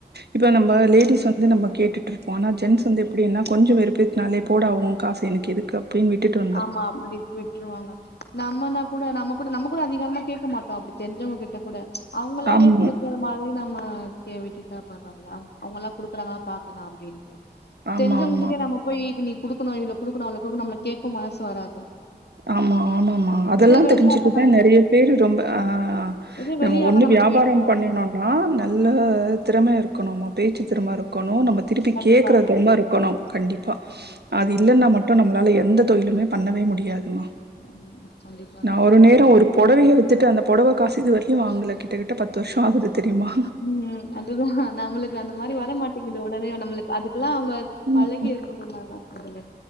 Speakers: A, on the right; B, on the left.
A: இப்போ நம்ப
B: ம்
A: லேடிஸ் வந்து நம்ம கேட்டுட்டு ருப்போ ஆனா ஜென்ஸ் வந்து எப்டினா கொஞ்சோ வெறுப்பேத்துனாலே போடா உ காசு எனக்கு எதுக்கு அப்டின் விட்டுட்டு வ
B: ஆமா அப்டி விட்ருவாங்க நம்மனா கூட நம்ம கூட நம்ம கூட அதிகாரமா கேக்க மாட்டோ அப்டி தெரிஞ்சவங்க கிட்ட கூட அவங்களாவே
A: ஆமா,
B: குடு க்குற மாதிரி நம்ம கே விட்டுட்டா பரவால்ல அவ அவங்கலா குடுக்குறாங்கலா பாக்கலா அப்டின்ட்டு
A: ஆமா,
B: தெரிசவங்க
A: ஆமா.
B: கிட்டயே நம்ம போய் நீ குடுக்கணு இவ்ளோ குடுக்கணு அவ்ளோ குடுக்கணு நம்ம கேக்கவு மனசு வராது
A: ஆமா ஆமாம்மா அதெல்லா
B: இதே வெளியாள்னா
A: தெரிஞ்சுட்டுதா
B: நம்ம
A: நெறைய பேரு ரொம்ப ஆ
B: இதே
A: நம்ம
B: வெளியாள்னா
A: ஒன்னு வியாபாரம்
B: கேட்ருவோ
A: பண்ணினா னா நல்ல திறமை இருக்கணும்மா பேச்சு திறம இருக்கணு நம்ம திருப்பி
B: கண்டிப்பா
A: கேக்குற திரமா இருக்கணும் கண்டிப்பா
B: கண்டிப்பா
A: அது இல்லன்னா
B: கண்டிப்பா
A: மட்டு நம்ளால எந்த தொழிலுமே பண்ணவே முடியாதுமா
B: ம் கண்டிப்பா
A: நா
B: தோழி
A: ஒரு நேரோ ஒரு பொடவைய வித்துட்டு அந்த பொடவ காசு இது வரைலயு வாங்கல கிட்டகிட்ட பத்து வருஷோ ஆகுது தெரியுமா
B: ம் அதுதா நம்ளுக் அந்த மாரி வரமாட்டேங்குது உடனே நம்ளுக் அதுக்குலா அவங்க
A: ம்.
B: பழகி இருக்கணு மேடோ தோழி